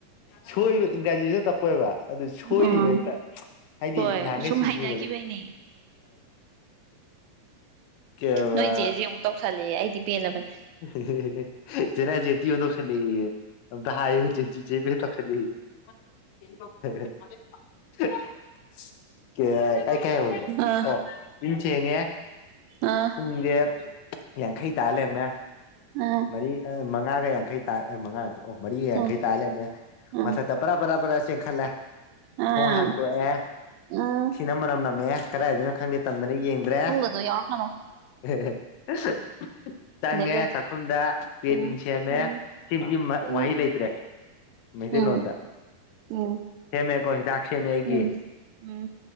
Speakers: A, on the left; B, on the right.
A: ꯁꯣꯏꯔꯤꯕ ꯏꯪ꯭ꯔꯥꯖꯤ ꯇꯞꯄꯣꯏꯕ ꯑꯗꯨ ꯁꯣꯏꯔꯤꯕ
B: ꯎꯝ
A: ꯍꯦꯛꯇ ꯍꯥꯏꯗꯤ
B: ꯍꯣꯏ
A: ꯅꯍꯥꯟꯒꯩ
B: ꯁꯨꯝ
A: ꯁꯤꯁꯨ
B: ꯍꯩꯅꯈꯤꯕꯩꯅꯦ
A: ꯑ ꯀꯩꯕ
B: ꯅꯣꯏ ꯆꯦꯖꯤ ꯑꯃꯨꯛ ꯇꯧꯁꯜꯂꯦ ꯑꯩꯗꯤ ꯄꯦꯜꯂꯕꯅꯤ꯫
A: <unintelligible> ꯇꯧꯁꯜꯂꯦꯌꯦ ꯑꯝꯇ ꯍꯥꯏꯌꯨ ꯆꯦ ꯕꯦꯗ ꯇꯧꯁꯜꯂꯦꯌꯦ ꯫ <unintelligible> ꯀꯦ ꯑꯩ ꯀꯥꯏ ꯍꯧꯒꯦ
B: ꯑ
A: ꯑꯣ ꯏꯟ ꯊꯦꯡꯉꯦ
B: ꯑꯥ
A: ꯄꯨꯡꯁꯦ ꯌꯥꯡꯈꯩ ꯇꯥ ꯂꯩꯔꯝꯃꯦ
B: ꯑ
A: ꯃꯔꯤ ꯃꯉꯥꯒ ꯌꯥꯡꯈꯩꯥ ꯃꯉꯥ ꯑꯣ ꯃꯔꯤꯒ ꯌꯥꯡꯈꯩ
B: ꯑ
A: ꯇꯥ ꯂꯩꯔꯝꯃꯦ
B: ꯑ
A: ꯃꯊꯛꯇ ꯕꯔꯥ ꯕꯔꯥ ꯕꯔꯥ ꯆꯦꯟꯈꯠꯂꯦ ꯊꯣꯡ
B: ꯑ
A: ꯍꯥꯡꯇꯣꯛꯑꯦ
B: ꯑ
A: ꯊꯤ ꯃꯅꯝ ꯅꯝꯃꯦ ꯀꯗꯥꯏꯗꯩꯅꯣ ꯈꯪꯗꯦ ꯇꯥꯟꯗꯅ ꯌꯦꯡꯗ꯭ꯔꯦ
B: ꯑꯗꯨ ꯌꯥꯎꯔꯛꯒꯅꯣ
A: <unintelligible> ꯆꯪꯉꯦ
B: ꯑꯗꯒꯤ
A: ꯆꯥꯛꯈꯨꯝꯗ ꯀꯦꯇꯤꯟ
B: ꯎꯝ
A: ꯁꯦꯝꯃꯦ
B: ꯎꯝ
A: ꯁꯤ
B: ꯎꯝ
A: ꯋꯥꯍꯩ ꯂꯩꯇ꯭ꯔꯦ ꯃꯩꯇꯩꯂꯣꯟꯗ
B: ꯎꯝ ꯎꯝ
A: ꯁꯦꯝꯃꯦꯀꯣ ꯍꯤꯗꯥꯛ ꯁꯦꯝꯃꯦ ꯑꯩꯒꯤ
B: ꯎꯝ ꯎꯝ